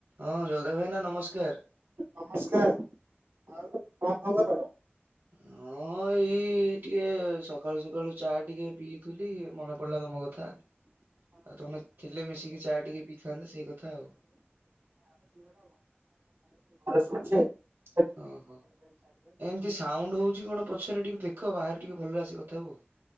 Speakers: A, on the right; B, on the right.
A: ହଁ ଜଗା ଭାଇନା ନମସ୍କାର
B: ନମସ୍କାର ଆଉ ହ
A: ହଁ ଏଇ ଟିକେ ସକାଳୁ ସକାଳୁ ଚା ଟିକେ ପିଇଥିଲି ମନେ ପଡିଲା ତମ କଥା ଆଉ ତମେ ଥିଲେ ମିଶିକି ଚା ଟିକେ ପିଇଥାନ୍ତେ ସେଇ କଥା ଆଉ
B: ଆଛ
A: ଓହୋ ଏମତି ସାଉଣ୍ଡ ହଉଛି କଣ ପଛ ସେରେ ଟିକେ ଦେଖ ବାହାରେିକେ ଭଲରେ ଆସିବ କଥା ହଉ